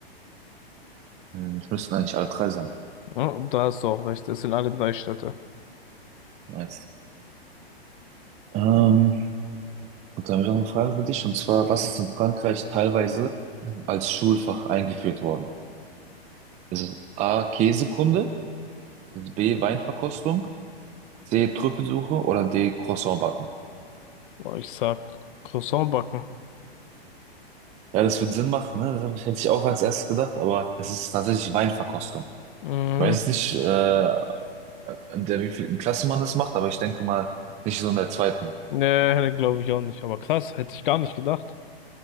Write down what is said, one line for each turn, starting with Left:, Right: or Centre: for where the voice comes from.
Right: Hm, Das müssten eigentlich alle drei sein.
Left: Ja, da hast du auch recht, es sind alle drei Städte.
Right: Nice. Ähm, und dann habe ich noch eine Frage für dich, und zwar, was ist in Frankreich teilweise als Schulfach eingeführt worden? Ist es A, Käsekunde, B, Weinverkostung, C, Trüffelsuche oder D, Croissant backen?
Left: Oh, ich sag Croissant backen.
Right: Ja, das wird Sinn machen, ne? Das hab ich- hätte ich auch als erstes gedacht, aber es ist tatsächlich Weinverkostung.
Left: Mhm.
Right: Weiß nicht, äh, an der wievielten Klasse man das macht, aber ich denke mal nicht so in der zweiten.
Left: Nee, glaube ich auch nicht. Aber krass, hätte ich gar nicht gedacht.